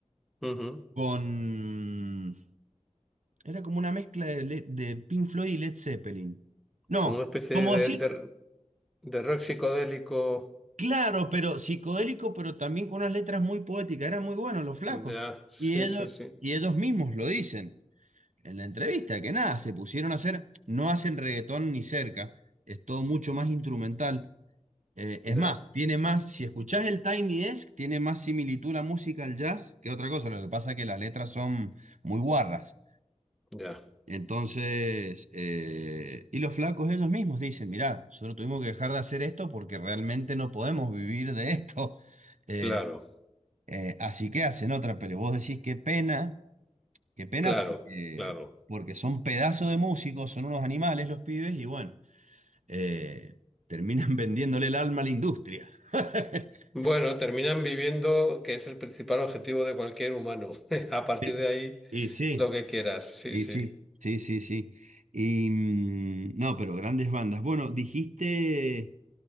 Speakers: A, in the centre; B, on the right (about 85°).
A: ujú.
B: con... Era como una mezcla de, Le- de Pink Floyd y Led Zeppelin. No,
A: Como una especie
B: como
A: de,
B: decir,
A: de, de rock psicodélico,
B: claro, pero psicodélico, pero también con unas letras muy poéticas. Eran muy buenos los flacos.
A: ya, sí,
B: Y ellos,
A: sí, sí,
B: y ellos mismos lo dicen. en la entrevista, que nada, se pusieron a hacer, no hacen reggaetón ni cerca, es todo mucho más instrumental. Eh, es
A: ya,
B: más, tiene más, si escuchás el Tiny Desk, tiene más similitud la música al jazz que otra cosa, lo que pasa es que las letras son muy guarras.
A: ya,
B: Entonces, eh, y los flacos ellos mismos dicen, mirá, nosotros tuvimos que dejar de hacer esto porque realmente no podemos vivir de esto. <laughs> Eh,
A: claro,
B: eh, así que hacen otra, pero vos decís qué pena Qué pena
A: claro,
B: porque,
A: claro.
B: porque son pedazos de músicos, son unos animales los pibes y bueno, eh, terminan <laughs> vendiéndole el alma a la industria. <laughs>
A: Bueno, terminan viviendo, que es el principal objetivo de cualquier humano. <laughs> A partir
B: Sí.
A: de ahí,
B: Y sí,
A: lo que quieras. Sí,
B: y
A: sí,
B: sí, sí, sí, sí. Y mm, no, pero grandes bandas. Bueno, dijiste,